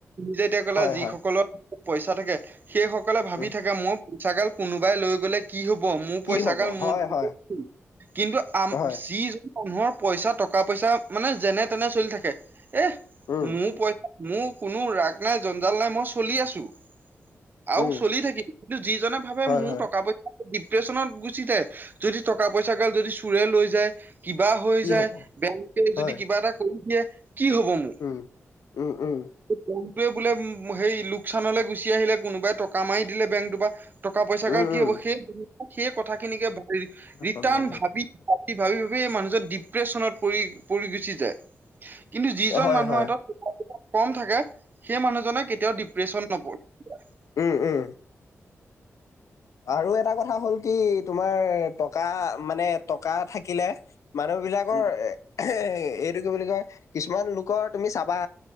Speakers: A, on the right; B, on the left.
A: যে এতিয়া
B: হয়
A: যিসকলৰ
B: হয়
A: পইচা থাকে সেই সকলে ভাবি
B: উম
A: থাকে মই পইচা গাল কোনোবাই লৈ গলে। কি হ'ব মোৰ
B: কি
A: পইচা
B: হব
A: গাল মোৰ
B: হয়
A: <unintelligible>
B: হয়
A: কিন্তু আম
B: হয়
A: যিজন মানুহৰ পইচা টকা পইচা মানে যেনে তেনে চলি থাকে এ
B: উম
A: মোৰ পইচা মোৰ কোনো ৰাগ নাই জঞ্জাল নাই মই চলি আছোঁ। আৰু
B: উম
A: চলি থাকিম কিন্তু যিজনে ভাবে
B: হয়
A: মোৰ
B: হয়
A: টকা পইচা। ডিপ্ৰেচনত গুচি যায় যদি টকা পইচা গাল যদি চোৰে লৈ যায় কিবা হৈ
B: কি
A: যায়
B: হব
A: বেংকে
B: হয়
A: যদি কিবা এটা কৰি দিয়ে কি হ'ব মোৰ
B: উম উম উম
A: বেংকটোৱে বোলে সেই লোকচানলৈ গুচি আহিলে কোনোবাই টকা মাৰি দিলে বেংকটো বা টকা পইচা
B: উম
A: গাল কি
B: উম
A: হ'ব সেই মানুহজন সে কথাখিনিকে ৰিটাৰ্ণ
B: সন্মান সেইটো
A: ভাবি
B: কথা
A: ভাবি ভাবি ভাবি এই মানুহজন ডিপ্ৰেশ্যনত পৰি পৰি গুচি যায় কিন্তু যিজন
B: হয়
A: মানুহৰ।
B: হয়।
A: হাতত কম থাকে সেই মানুহজনে কেতিয়াও ডিপ্ৰেচন নপৰি
B: উম উম আৰু এটা কথা হ'ল কি তোমাৰ টকা মানে টকা থাকিলে মানুহ বিলাকৰ
A: উম
B: এ এইটো কি বুলি কয় কিছুমান লোকৰ তুমি চাবা